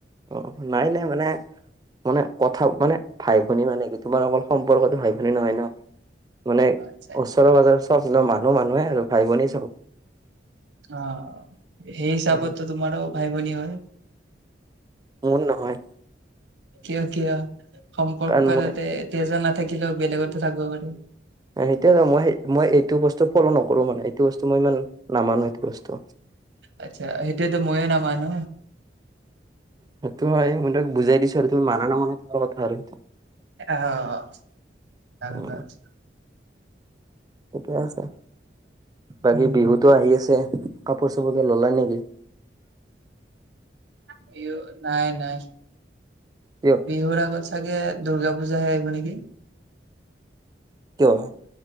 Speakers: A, on the right (about 20°); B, on the right (about 85°).
A: অ নাই নাই মানে মানে কথা মানে ভাই ভনী মানে কি তোমাৰ অকল সম্পৰ্কতো ভাই ভনী নহয় ন। মানে
B: আচ্ছা আচ্ছা,
A: ওচৰে পাজৰে চব ন মানুহ মানুহে আৰু ভাই ভনী চব।
B: অঁ। সেই হিচাপতটো
A: অ
B: তোমাৰো ভাই ভনী হয়।
A: মোৰ নহয়।
B: কিয় কিয়? সম্পৰ্ক
A: কাৰণ মই
B: তাতে তেজৰ নাথাকিলেও বেলেগৰতো থাকব পাৰি।
A: সেইটোৱে ত মই মই এইটো বস্তু ফল' নকৰো মানে, এইটো বস্তু মই ইমান নামানো সেইটো বস্তু।
B: আচ্ছা সেইটোতো ময়ো নামানো
A: সেইটো হয় মই তোমাক বুজাই দিছো আৰু তুমি মানা নামানা তোমাৰ কথা আৰু। সেইটো
B: অঁ। <unintelligible>
A: উম ঠিকে আছে,
B: উম
A: বাকী বিহুতো আহি আছে কাপোৰ চাপোৰ কিবা ললা নেকি?
B: বিহু নাই নাই।
A: কিয়?
B: বিহুৰ আগত চাগে দূৰ্গা পূজাহে আহিব নেকি?
A: কিয়?